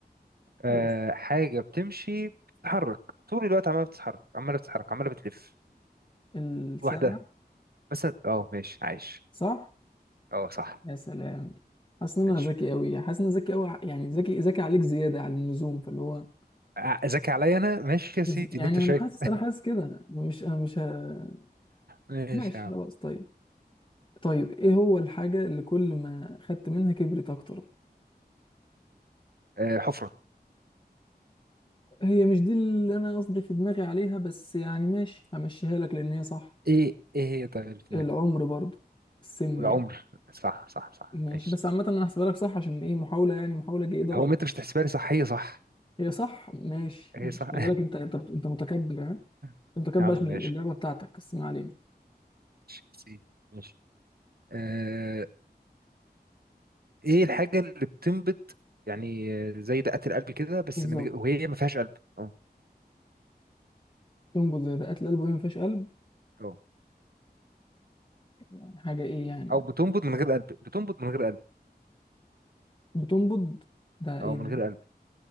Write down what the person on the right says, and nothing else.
آه...
حاجه بتمشي بتتحرك طول الوقت عماله بتتحرك عماله بتتحرك عماله بتلف
لوحدها بس اه ماشي عايش
اه صح
ماشي
آه، ذكي عليا انا ماشي يا
سيدي
اللي انت شايفه
ماشي
يا عم
آه... حفره
ايه ايه هي طيب اللي في دماغك؟
والعمر
صح صح صح
ماشي
هو
ما انت مش هتحسبها لي صح هي صح
هي
صح
<laughs>
يا عم
ماشي
ماشي يا سيدي ماشي آه ايه الحاجة اللي بتنبض يعني آه، زي دقات القلب كده بس
من غير وهي ما فيهاش قلب اه
اه
او بتنبض من غير قلب بتنبض من غير قلب
او
من غير قلب